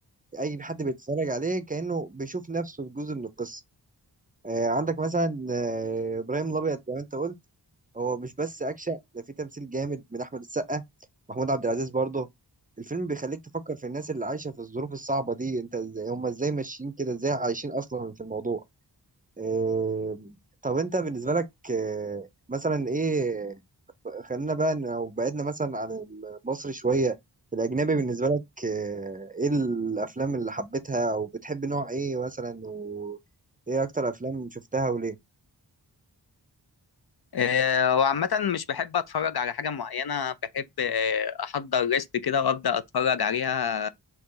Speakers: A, on the right; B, on the left.
A: أي حد بيتفرج عليه كأنه بيشوف نفسه في جزء من القصة آه، عندك مثلا آه، إبراهيم الأبيض زي ما أنت قلت هو مش بس أكشن ده فيه تمثيل جامد من أحمد السقا محمود عبد العزيز برضه الفيلم بيخليك تفكر في الناس اللي عايشة في الظروف الصعبة دي أنت إزاي هم إزاي ماشيين كده إزاي عايشين أصلا في الموضوع آه، طب أنت بالنسبة لك آه، مثلا إيه خلينا بقى لو بعدنا مثلا عن المصري شوية الأجنبي بالنسبة لك آه، إيه الأفلام اللي حبيتها أو بتحب نوع إيه مثلا وإيه أكتر أفلام شفتها وليه؟
B: آه، وعامة مش بحب أتفرج على حاجة معينة بحب آه، أحضر ليست كده وأبدأ أتفرج عليها